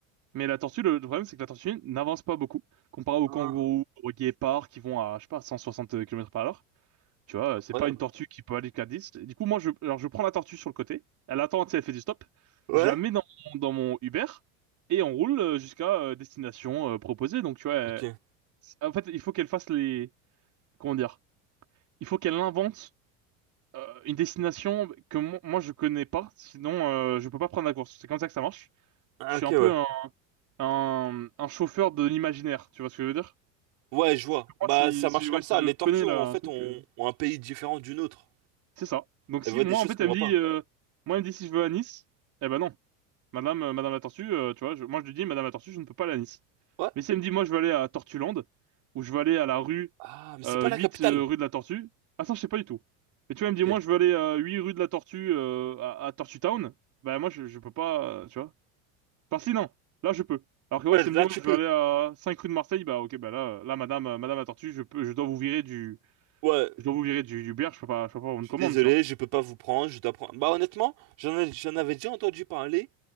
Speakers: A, on the right (about 45°); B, on the right (about 65°).
A: Mais la tortue, le, le problème, c'est que la tortue n'avance pas beaucoup. Comparé aux
B: Ah,
A: kangourous, aux guépards qui vont à, je sais pas, 160 km par heure. Tu vois,
B: incroyable.
A: euh, c'est pas une tortue qui peut aller qu'à 10. Du coup, moi, je, alors, je prends la tortue sur le côté. Elle attend, tu sais, elle fait du stop.
B: Ouais?
A: Je la mets dans, mon- dans mon Uber et on roule euh, jusqu'à euh, destination euh, proposée. Donc, tu vois, elle-
B: Ok.
A: en fait, il faut qu'elle fasse les, comment dire, il faut qu'elle invente euh, une destination que mo- moi, je connais pas. Sinon, euh, je peux pas prendre la course. C'est comme ça que ça marche.
B: Ah,
A: Je suis
B: ok,
A: un
B: ouais.
A: peu un, un chauffeur de l'imaginaire, tu vois ce que je veux dire?
B: Ouais, je vois.
A: C'est que moi,
B: Bah,
A: si,
B: ça
A: si,
B: marche
A: ouais,
B: comme
A: si
B: ça.
A: je
B: Les tortues,
A: connais
B: ont-
A: là,
B: en fait,
A: un truc,
B: ont,
A: euh,
B: ont un pays différent d'une autre.
A: c'est ça. Donc
B: Elles
A: si,
B: voient
A: moi,
B: des choses
A: en fait,
B: qu'on
A: elle
B: voit
A: me dit,
B: pas.
A: euh, moi, elle me dit si je veux à Nice, eh ben non. Madame, euh, Madame la Tortue, euh, tu vois, je- moi, je lui dis, Madame la Tortue, je ne peux pas aller à Nice.
B: Ouais.
A: Mais si elle me dit, moi, je veux aller à Tortuland, ou je veux aller à la rue
B: Ah, mais c'est
A: euh,
B: pas
A: 8
B: la capitale.
A: euh, rue de la Tortue, ah ça, je sais pas du tout. Et tu vois, elle
B: Ok.
A: me dit, moi, je veux aller à 8 rue de la Tortue euh, à, à Tortue Town, bah moi, je, je peux pas, euh, tu vois. Enfin, si, non, là, je peux. Alors que, ouais,
B: Ouais,
A: ça
B: là,
A: me dit, ouais,
B: tu
A: je
B: peux.
A: veux aller à 5 rue de Marseille, bah, ok, bah là, euh, là, madame, euh, madame la tortue, je peux, je dois vous virer du,
B: Ouais,
A: je dois vous virer du, du bière, je peux pas, je peux pas avoir
B: je
A: une
B: suis
A: commande,
B: désolé,
A: tu vois.
B: je peux pas vous prendre, je dois prendre. Bah, honnêtement, j'en ai- j'en avais déjà entendu parler,